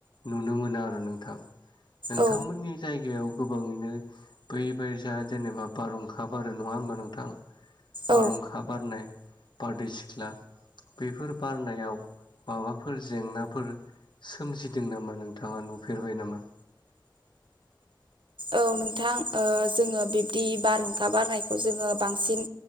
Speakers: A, on the left; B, on the right.
A: नुनो मोनो आरो नोंथां। नोंथांमोननि
B: औ
A: जायगायाव गोबाङैनो बै बे जा जेनेबा बारहुं खा बारो नङा होमबा नोंथां
B: औ
A: बारहुंखा बारनाय बारदै सिख्ला बेफोर बारनायाव माबाफोर जेंनाफोर सोमजिदों नामा नोंथाङा नुफेरबाय नामा?
B: औ नोंथां ओ जोङो बिब्दि बारहुंखा बारनायखौ जोङो बांसिन